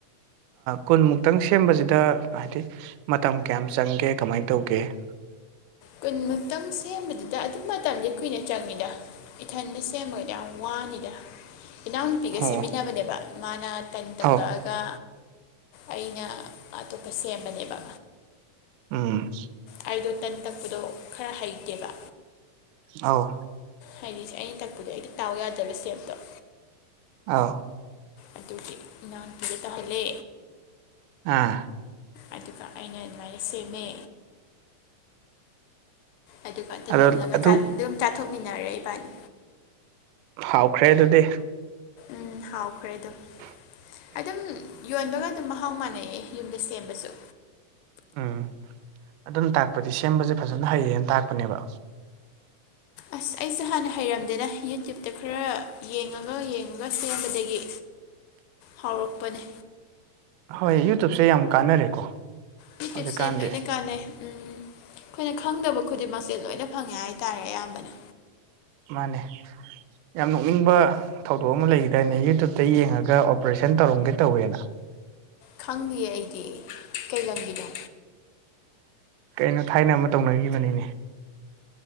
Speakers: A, on the right (about 80°); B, on the left (about 80°).
A: ꯀꯨꯟꯃꯨꯛꯇꯪ ꯁꯦꯝꯕꯁꯤꯗ ꯍꯥꯏꯗꯤ ꯃꯇꯝ ꯀꯌꯥꯝ ꯆꯪꯒꯦ ꯀꯃꯥꯏꯅ ꯇꯧꯒꯦ <inaudible>
B: ꯀꯨꯟꯃꯨꯛꯇꯝ ꯁꯦꯝꯕꯗꯨꯗ ꯑꯗꯨ ꯃꯇꯝꯁꯦ ꯀꯨꯏꯅ ꯆꯪꯉꯤꯗ ꯏꯊꯟꯗ ꯁꯦꯝꯃꯒꯗꯤ ꯌꯥꯝ ꯋꯥꯅꯤꯗ ꯏꯅꯥꯎꯅꯨꯄꯤꯒ
A: ꯑꯣ
B: ꯁꯦꯝꯃꯤꯟꯅꯕꯅꯦꯕ ꯃꯥꯅ ꯇꯟ ꯇꯛꯂꯛꯑꯒ
A: ꯑꯧ
B: ꯑꯩꯅ ꯑꯇꯣꯞꯄ ꯁꯦꯝꯕꯅꯦꯕ
A: ꯎꯝ
B: ꯑꯩꯗꯣ ꯇꯟ ꯇꯛꯄꯗꯣ ꯈꯔ ꯍꯩꯇꯦꯕ
A: ꯑꯥꯎ
B: ꯍꯥꯏꯗꯤꯦ ꯑꯩꯅ ꯇꯛꯄꯗꯤ ꯑꯩꯗꯤ ꯇꯥꯎ ꯌꯥꯗꯕ ꯁꯇꯦꯞꯇꯣ
A: ꯑꯥꯎ
B: ꯑꯗꯨꯗꯤ ꯅꯥꯍꯥꯟ ꯀꯤꯒꯦ ꯇꯥꯍꯜꯂꯦ
A: <unintelligible>
B: ꯑꯗꯨꯒ ꯑꯩꯅ ꯑꯗꯨꯃꯥꯏꯅ ꯁꯦꯝꯃꯦ ꯑꯗꯨꯒ ꯑꯗꯨꯝ
A: ꯑꯗꯣ
B: ꯃꯨꯜꯂꯒ
A: ꯑꯗꯨ
B: ꯑꯗꯨꯝ ꯆꯥꯊꯣꯛꯃꯤꯟꯅꯔꯛꯏ ꯏꯕꯥꯅꯤ
A: ꯍꯥꯎꯈ꯭ꯔꯦ ꯑꯗꯨꯗꯤ
B: ꯎꯝ ꯍꯥꯎꯈ꯭ꯔꯦ ꯑꯗꯨꯝ
A: <unintelligible>
B: ꯑꯗꯨꯝ ꯌꯣꯟꯕꯒ ꯑꯗꯨꯝ ꯃꯍꯥꯎ ꯃꯥꯟꯅꯩꯑ ꯌꯨꯝꯗ ꯁꯦꯝꯕꯁꯨ
A: ꯎꯝ ꯑꯗꯨꯅ ꯇꯥꯛꯄꯗꯤ ꯁꯦꯝꯕꯁꯦ ꯐꯖꯅ ꯍꯩꯌꯦꯅ ꯇꯥꯛꯄꯅꯦꯕ
B: ꯑꯁ ꯑꯩꯁꯦ ꯍꯥꯟꯅ ꯍꯩꯔꯝꯗꯦꯅ ꯌꯨꯇꯞ ꯍꯦ ꯈꯔ ꯌꯦꯡꯉꯒ ꯌꯦꯡꯉꯒ ꯁꯦꯝꯕꯗꯒꯤ ꯍꯧꯔꯛꯄꯅꯤ
A: ꯍꯣꯏ ꯌꯨꯇꯨꯞꯁꯦ ꯌꯥꯝ ꯀꯥꯟꯅꯔꯦꯀꯣ
B: ꯃꯤ
A: ꯍꯧꯖꯤꯛꯀꯥꯟꯗꯤ
B: ꯇꯞꯁꯦ ꯂꯣꯏꯅꯦ ꯀꯥꯟꯅꯩ ꯎꯝ ꯑꯩꯈꯣꯏꯅ ꯈꯪꯗꯕ ꯈꯨꯗꯤꯡꯃꯛꯁꯦ ꯂꯣꯏꯅ ꯐꯪꯉꯦ ꯍꯥꯏꯇꯥꯔꯦ ꯑꯌꯥꯝꯕꯅ
A: ꯃꯥꯅꯦ ꯌꯥꯝ ꯅꯣꯛꯅꯤꯡꯕ ꯊꯧꯗꯣꯛ ꯑꯃ ꯂꯩꯗꯅꯦ ꯌꯨꯇ꯭ꯌꯨꯕꯇ ꯌꯦꯡꯉꯒ ꯑꯣꯄꯔꯦꯁꯟ ꯇꯧꯔꯝꯒꯦ ꯇꯧꯋꯦꯅ
B: ꯈꯪꯗꯤꯌꯦ ꯑꯩꯗꯤ ꯀꯩ ꯂꯝꯒꯤꯅꯦ
A: ꯀꯩꯅꯣ ꯊꯥꯏꯅ ꯑꯃ ꯇꯧꯅꯈꯤꯕꯅꯤꯅꯦ